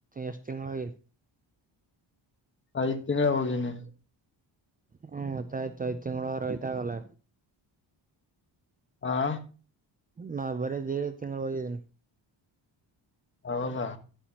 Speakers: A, on the right; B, on the left.
A: ಎಷ್ಟ್ ತಿಂಗಗಳ ಹೋಗಿದಿ
B: ಐದ್ ತಿಂಗಳ ಹೋಗಿನಿ
A: ಹ್ಮಮತ್ತ ಆಯ್ತು ಐದ್ ತಿಂಗಳ ರಯತಾಗಲ್ಲ
B: ಹಾ
A: ನಾ ಬರೇ ದಿಡೆ ತಿಂಗಳು ಹೋಗಿದಿನ್
B: ಹೌದಾ